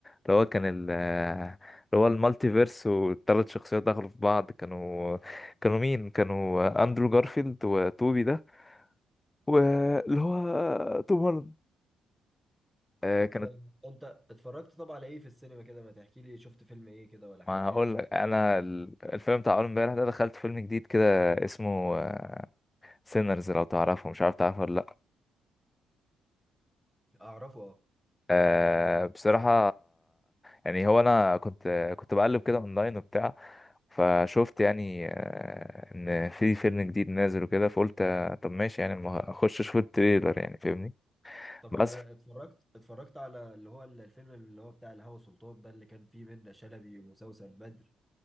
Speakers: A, on the left; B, in the centre.
A: اللي هو كان ال آه، اللي هو المالتي فيرس والثلاث شخصيات دخلوا في بعض كانوا كانوا مين كانوا آه، اندرو جارفيلد وتوبي ده واللي هو آه، توم هولاند آه،
B: طب
A: كانت
B: انت اتفرجت طب على ايه في السينما كده ما تحكي لي شفت فيلم ايه كده ولا حاجه
A: ما هقول
B: يعني
A: لك انا ال- الفيلم بتاع اول امبارح ده دخلت فيلم جديد كده اسمه سينرز لو تعرفه مش عارف تعرفه ولا لا
B: اعرفه اه
A: آه بصراحة يعني هو أنا كنت كنت بقلب كده أونلاين وبتاع فشفت يعني آه إن في فيلم جديد نازل وكده فقلت آه، طب ماشي يعني ما أخش أشوف التريلر يعني فاهمني
B: طب
A: بس
B: اتفرجت اتفرجت على اللي هو الفيلم اللي هو بتاع الهوى سلطان ده اللي كان فيه منة شلبي وسوسن بدر